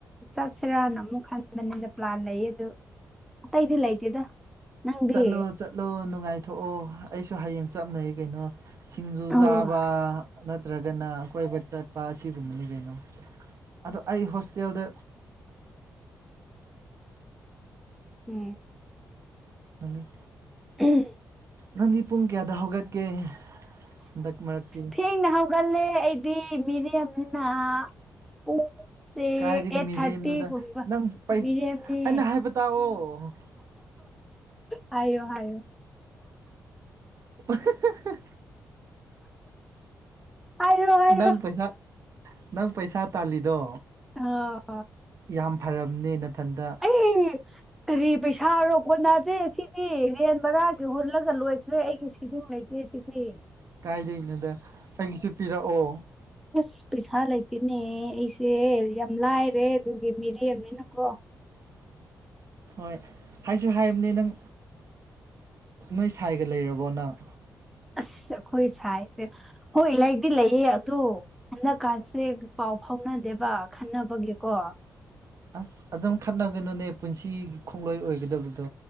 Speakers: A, in the centre; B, on the right.
A: ꯆꯠꯁꯤꯔꯅ ꯑꯃꯨꯛ ꯈꯟꯕꯅꯤꯗ ꯄꯂ꯭ꯥꯟ ꯂꯩꯌꯦ ꯑꯗꯨ ꯑꯩꯗꯤ ꯂꯩꯇꯦꯗ ꯅꯪꯗꯤ
B: ꯆꯠꯂꯣ ꯆꯠꯂꯣ ꯅꯨꯡꯉꯥꯏꯊꯣꯛꯑꯣ ꯑꯩꯁꯨ ꯍꯌꯦꯡ ꯆꯞꯅꯩ ꯀꯩꯅꯣ ꯁꯤꯡꯖꯨ
A: ꯊꯦꯡꯅ
B: ꯆꯥꯕ ꯅꯠꯇ꯭ꯔꯒꯅ ꯀꯣꯏꯕ ꯆꯠ ꯂꯄꯥ ꯑꯁꯤꯒꯨꯝꯕꯅꯤ ꯀꯩꯅꯣ ꯑꯗꯣ ꯑꯩ ꯍꯣꯁꯇꯦꯜꯗ
A: ꯍꯨꯝ
B: ꯅꯨꯃꯤꯠ
A: ꯎꯝ
B: ꯅꯪꯗꯤ ꯄꯨꯡ ꯀꯌꯥꯗ ꯍꯧꯒꯠꯀꯦ ꯍꯟꯗꯛ ꯃꯔꯛꯇꯤ
A: ꯊꯦꯡꯅ ꯍꯧꯒꯠꯂꯦ ꯑꯩꯗꯤ ꯃꯤꯔꯦꯝꯅꯤꯅ ꯄꯨꯡ ꯁꯦ
B: ꯀꯥꯏꯗꯒꯤ
A: ꯑꯩꯠ
B: ꯃꯤꯔꯦꯝꯅꯣꯗ
A: ꯊꯥꯔꯇꯤꯒꯨꯝꯕ
B: ꯅꯪ ꯑꯩꯅ
A: ꯃꯤꯔꯦꯝꯅꯦ
B: ꯍꯥꯏꯕ ꯇꯥꯛꯑꯣ
A: ꯍꯥꯏꯌꯣ ꯍꯥꯏꯌꯣ
B: <unintelligible>
A: ꯍꯥꯏꯔꯣ ꯍꯥꯏꯔꯣ
B: ꯅꯪ ꯄꯩꯁꯥ ꯅꯪ ꯄꯩꯁꯥ ꯇꯥꯜꯂꯤꯗꯣ
A: ꯑ
B: ꯌꯥꯝ ꯐꯔꯝꯅꯦ ꯅꯊꯟꯇ
A: ꯑꯦ ꯀꯔꯤ ꯄꯩꯁꯥꯅꯣ ꯀꯣꯟꯅꯗꯦ ꯁꯤꯗꯤ ꯔꯦꯟ ꯕꯔꯥꯒꯤ ꯍꯨꯜꯂꯒ ꯂꯣꯏꯈ꯭ꯔꯦ ꯑꯩꯒꯤ ꯁꯦꯕꯤꯡ ꯂꯩꯇꯦ ꯁꯤꯗꯤ
B: ꯀꯥꯏꯗꯩꯅꯣꯗ ꯑꯩꯒꯤꯁꯨ ꯄꯤꯔꯛꯑꯣ
A: ꯏꯁ ꯄꯩꯁꯥ ꯂꯩꯇꯦꯅꯦ ꯑꯩꯁꯦ ꯌꯥꯝ ꯂꯥꯏꯔꯦ ꯑꯗꯨꯒꯤ ꯃꯤꯔꯦꯝꯅꯤꯅꯀꯣ
B: ꯍꯣꯏ ꯍꯥꯏꯁꯨ ꯍꯥꯏꯕꯅꯤ ꯅꯪ ꯅꯣꯏ ꯁꯥꯏꯒ ꯂꯩꯔꯕꯣ ꯅꯪ
A: ꯑꯁ ꯑꯩꯈꯣꯏ ꯁꯥꯏꯁꯦ ꯍꯣꯏ ꯂꯩꯗꯤ ꯂꯩꯌꯦ ꯑꯗꯣ ꯍꯟꯗꯛ ꯀꯥꯁꯦ ꯄꯥꯎ ꯐꯥꯎꯅꯗꯦꯕ ꯈꯟꯅꯕꯒꯤꯀꯣ
B: ꯑꯁ ꯑꯗꯨꯝ ꯈꯠꯅꯒꯅꯨꯅꯦ ꯄꯨꯟꯁꯤ ꯈꯣꯡꯂꯣꯏ ꯑꯣꯏꯒꯗꯕꯗꯣ